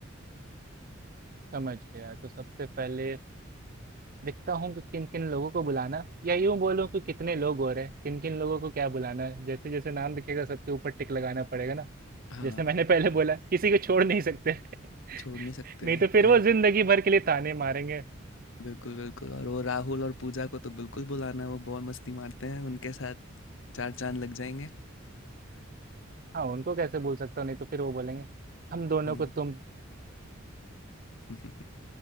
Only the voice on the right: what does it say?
समझ गया तो सबसे पहले देखता हूँ कि किन किन लोगों को बुलाना या यूँ बोलूँ कि कितने लोग हो रहे हैं किन किन लोगों को क्या बुलाना है जैसे जैसे नाम दिखेगा सबके ऊपर टिक लगाना पड़ेगा ना
जैसे मैंने पहले बोला किसी को छोड़ नहीं सकते
<laughs>
नहीं तो फिर
वो जिंदगी भर के लिए ताने मारेंगे
हाँ उनको कैसे बोल सकता हूँ नहीं तो फिर वो बोलेंगे हम दोनों
को तुम